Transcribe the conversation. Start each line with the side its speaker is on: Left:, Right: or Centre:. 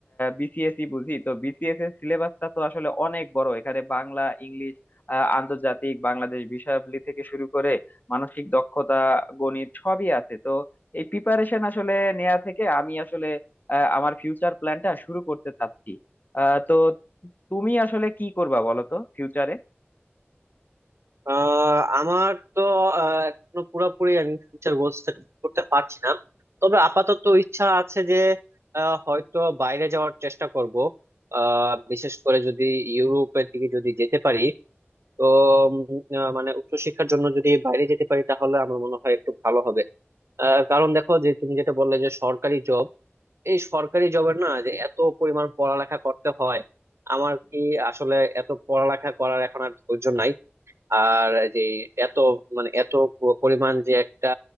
Left: বিসিএসই বুঝি তো বিসিএস এর সিলেবাসটা তো আসলে অনেক বড় এখানে বাংলা ইংলিশ আহ, আন্তর্জাতিক বাংলাদেশ বিষয়াবলী থেকে শুরু করে মানসিক দক্ষতা গণিত সবই আছে তো এই প্রিপারেশন আসলে নেয়া থেকে আমি আসলে আহ, আমার ফিউচার প্ল্যানটা শুরু করতে চাচ্ছি আহ, তো তুমি আসলে কি করবা বলো তো ফিউচারে
Right: আহ আমার তো আহ, এখনো পুরোপুরি আমি ফিউচার গোলস করতে পারছি না তবে আপাতত ইচ্ছা আছে যে আহ, হয়তো বাইরে যাওয়ার চেষ্টা করব আহ, বিশেষ করে যদি ইউরোপের দিকে যদি যেতে পারি তো উম, আহ, মানে উচ্চশিক্ষার জন্য যদি বাইরে যেতে পারি তাহলে আমার মনে হয় একটু ভালো হবে আহ, কারণ দেখো যে তুমি যেটা বললে যে সরকারি জব এই সরকারি জবের না যে এত পরিমাণ পড়ালেখা করতে হয় আমার কি আসলে এত পড়ালেখা করার এখন আর ধৈর্য নাই আর যে এত মানে এত প- পরিমাণ যে একটা